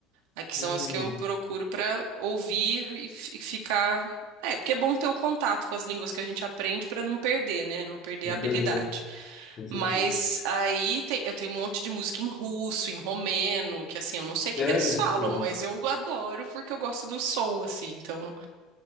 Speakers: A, on the right; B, on the left.
A: Aí que
B: Hum,
A: são as que eu procuro para ouvir e fi- ficar. É, porque é bom ter o contato com as línguas que a gente aprende para não perder, né? Não perder
B: vou
A: a habilidade.
B: perder, com certeza.
A: Mas aí tem- eu tenho um monte de música em russo, em romeno, que assim, eu não sei o que
B: Sério?
A: que eles falam,
B: Nossa.
A: mas eu adoro porque eu gosto do som, assim. Então,